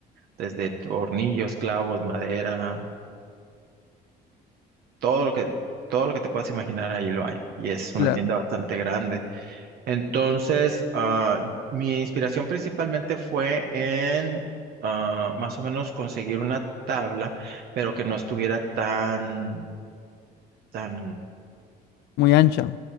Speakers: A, on the right (about 70°); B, on the left (about 80°).
A: desde tornillos, clavos, madera. todo lo que, todo lo que te puedas imaginar ahí lo hay. Y es
B: claro.
A: una tienda bastante grande. Entonces, ah, mi inspiración principalmente fue en ah, más o menos conseguir una tabla, pero que no estuviera tan, tan,
B: Muy ancha,